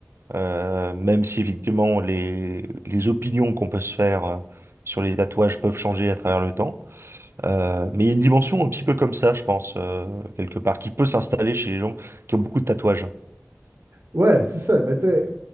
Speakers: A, on the right; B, on the right.
A: euh, même si effectivement les les opinions qu'on peut se faire euh, sur les tatouages peuvent changer à travers le temps euh, mais il y a une dimension un petit peu comme ça, je pense, euh, quelque part, qui peut s'installer chez les gens qui ont beaucoup de tatouages.
B: Ouais, c'est ça. Mais tu sais,